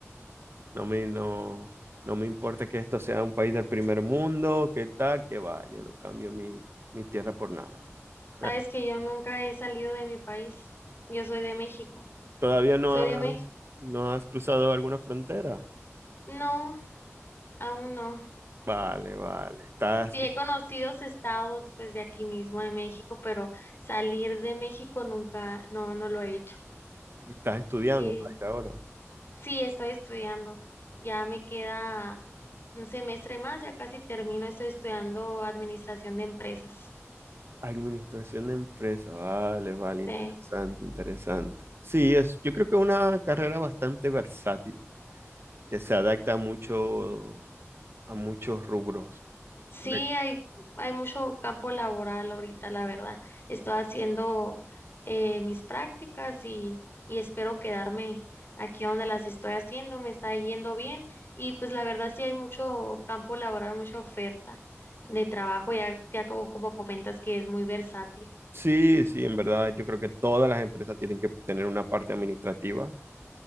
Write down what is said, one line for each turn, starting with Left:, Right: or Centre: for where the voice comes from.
Right: no me, no, no me importa que esto sea un país del primer mundo, qué tal, qué va. Yo no cambio mi, mi tierra por nada. <laughs>
Left: Sabes que yo nunca he salido de mi país. Yo soy de México.
Right: ¿Todavía no
Left: Soy
Right: has,
Left: de México.
Right: no has cruzado alguna frontera?
Left: No. Aún no.
Right: Vale, vale. Estás,
Left: Sí he conocido estados pues de aquí mismo de México, pero salir de México nunca, no, no lo he hecho.
Right: Estás estudiando
Left: Y
Right: ¿no? ahora.
Left: sí, estoy estudiando. Ya me queda un semestre más, ya casi termino. Estoy estudiando administración de empresas.
Right: Administración de empresa, vale, vale, interesante,
Left: Sí.
Right: interesante. Sí, es, yo creo que es una carrera bastante versátil, que se adapta mucho a muchos rubros.
Left: Sí,
Right: Correcto.
Left: hay, hay mucho campo laboral ahorita, la verdad. Estoy haciendo eh, mis prácticas y, y espero quedarme aquí donde las estoy haciendo. Me está yendo bien y pues la verdad sí hay mucho campo laboral, mucha oferta de trabajo, ya, ya como, como comentas que es muy versátil.
Right: Sí, sí, en verdad, yo creo que todas las empresas tienen que tener una parte administrativa